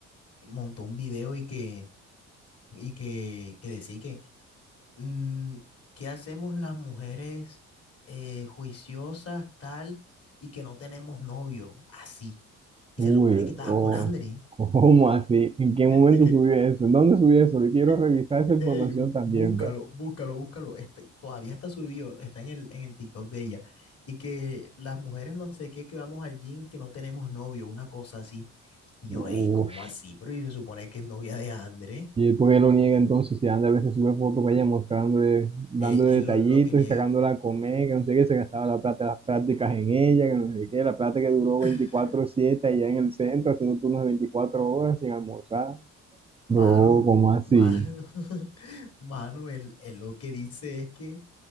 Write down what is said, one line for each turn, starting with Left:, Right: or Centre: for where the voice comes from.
Left: montó un video y que, y que, que decía que mm, ¿qué hacemos las mujeres eh, juiciosas, tal, y que no tenemos novio? Así. Y
Right: Uy,
Left: se supone que estaba
Right: o
Left: con Andre
Right: <laughs> ¿cómo así? ¿En qué momento
Left: Y que,
Right: subió eso? ¿En dónde subió eso? Yo quiero
Left: y-
Right: revisar esa información
Left: ey, bú-
Right: también,
Left: búscalo,
Right: bro.
Left: búscalo, búscalo. Está- todavía está subido, está en el, en el TikTok de ella. Y que las mujeres no sé qué, que vamos al gym, que no tenemos novio, una cosa así. Y
Right: Uf,
Left: yo, ey, ¿cómo así? Pero y se supone que es novia de Andre
Right: ¿Y por qué lo niega entonces? Si anda a veces sube fotos, vaya mostrando, dándole
Left: Ey, él
Right: detallitos
Left: lo, lo que niega.
Right: y sacándola a comer, que no sé qué, se gastaba la plata, las prácticas en ella, que no sé qué, la plata que duró
Left: <laughs>
Right: veinticuatro siete allá en el centro, haciendo turnos de 24 horas sin almorzar.
Left: Mano,
Right: Bro, ¿cómo así?
Left: mano, <laughs> mano, él, él lo que dice es que